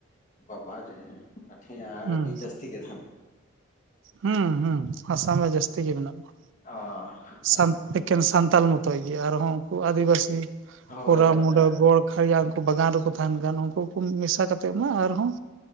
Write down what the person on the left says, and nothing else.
ᱵᱟᱵᱟᱨ ᱨᱮ! ᱟᱴᱷᱮ
ᱟᱹᱰᱤ ᱡᱟᱹᱥᱛᱤ ᱜᱮᱫᱚ᱾
ᱚ ᱟᱭᱢᱟ
ᱜᱮ
ᱦᱳᱭ
ᱢᱟᱱᱮ